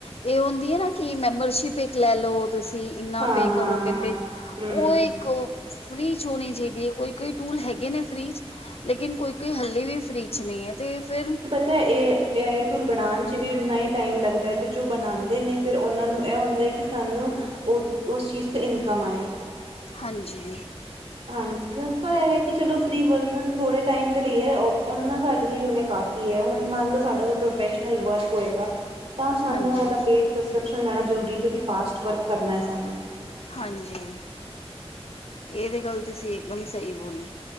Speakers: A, on the left; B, on the right.
A: ਏ ਹੁੰਦੀ ਏ ਨਾ ਕਿ ਮੈਂਬਰਸ਼ਿਪ ਇੱਕ ਲੈ ਲਓ ਤੁਸੀਂ ਇੰਨਾ
B: ਹਾਂ
A: ਪੇ
B: ਹਾਂ
A: ਕਰੋਗੇ
B: ਹਾਂ
A: ਤੇ
B: ਹਮ
A: ਓ ਏਖੋ। ਫਰੀ ਚ ਹੋਣੀ ਚਾਈਦੀ ਏ ਕੋਈ ਕੋਈ ਟੂਲ ਹੈਗੇ ਨੇ ਫਰੀ ਚ ਲੇਕਿਨ ਕੋਈ ਕੋਈ ਹਲੇ ਵੀ ਫਰੀ ਕੁੱਛ ਨਈ ਐ ਤੇ ਫੇਰ।
B: ਤਾਂ ਏ ਏ ਆਈ ਟੂਲ ਬਣਾਉਣ 'ਚ ਵੀ ਉਨ੍ਹਾਂ ਹੀ ਟਾਈਮ ਲੱਗਦੈ ਤੇ ਜੋ ਬਣਾਉਂਦੇ ਨੇ ਫਿਰ ਓਨਾਂ ਨੂੰ ਐ ਹੁੰਦਾ ਕਿ ਸਾਨੂੰ ਓ ਉਸ ਚੀਜ਼ ਤੇ ਇਨਕਮ ਆਏ।
A: ਹਾਂਜੀ।
B: ਹਾਂਜੀ ਪਰ ਏ ਹੈ ਕਿ ਚਲੋ ਫਰੀ ਵਰਜਨ ਥੋੜ੍ਹੇ ਟਾਈਮ ਦੇ ਲਈ ਐ ਓਨਾਂ ਸਾਡੇ ਲਈ ਓਨੇ ਕਾਫੀ ਹੁਣ ਮੰਨ ਲਓ ਸਾਡਾ ਕੋਈ ਪ੍ਰੋਫੈਸ਼ਨਲ ਵਰਕ ਹੋਏਗਾ ਤਾਂ ਸਾਨੂੰ
A: ਹਾਂਜੀ
B: ਓਦਾ ਪੇਟ ਸਸ <unintelligible> ਟ੍ਰੈਕੋਸ਼ਨ ਲੈਣਾ ਜਰੂਰੀ ਕਿਉਂਕਿ ਫਾਸਟ ਵਰਕ ਕਰਨਾ ਸਾਨੂੰ।
A: ਹਾਂਜੀ ਏ ਤੇ ਗੱਲ ਤੁਸੀ ਏਕਦਮ ਸਈ ਬੋਲੀ।